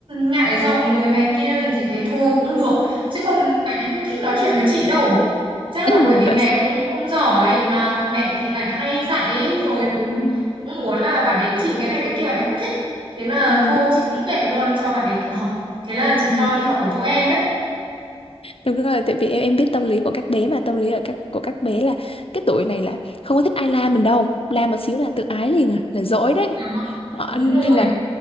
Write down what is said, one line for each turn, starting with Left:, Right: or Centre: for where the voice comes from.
Right: ngại giọng rồi này kia thì chị thấy thôi cũng được chứ còn bạn ấy không thích nói chuyện với chị đâu chắc
Left: <clears throat>
Right: là bởi vì
Left: Bà
Right: mẹ cũng không giỏi mà mẹ thì lại hay dạy ấy rồi
Left: ừ,
Right: cũng muốn là bạn ấy chỉnh cái này cái kia bạn ấy không thích thế là
Left: ừ,
Right: thôi
Left: đúng
Right: chị cũng
Left: rồi
Right: kệ luôn cho bạn ấy tự học thế là chị
Left: Ừ,
Right: cho đi học ở chỗ em đấy
Left: đúng rồi tại vì em em biết tâm lý của các bé mà tâm lý ở các của các bé là cái tuổi này là không có thích ai la mình đâu la một xíu là tự ái liền à là dỗi đấy
Right: đó
Left: Đó,
Right: đúng
Left: nên
Right: rồi
Left: là